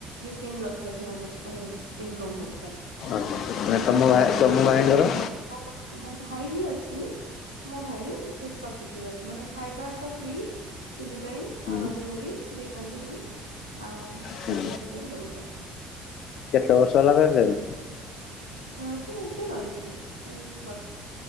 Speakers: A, on the right; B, on the left.
A: ଦି ତିନି ଲକ୍ଷ ସେମାନଙ୍କ ମାନେ ଇନକମ ହଉ
B: ଓହୋ ତମ ତମ ଭାଇଙ୍କର
A: ମୋ ମୋ ଭାଇ ବି ଅଛି। ମୋ ଭାଇ ସେ ପଚିଶ ହଜାର ମାନେ ଖାଇବା ତ ଫ୍ରି ତିନି ଟାଇମ
B: ହୁଁ
A: ଆଉ ରହିବା ବି ଦେଇଛନ୍ତି ରୁମ ଆଉ
B: ହୁଁ
A: ପଚିଶ ହଜାର ଦଉଛନ୍ତି
B: କେତେ ବର୍ଷ ହେଲା ରହିଲେଣି?
A: ହ ସେ ଏବେ ରହିଛି ନାଇ ବା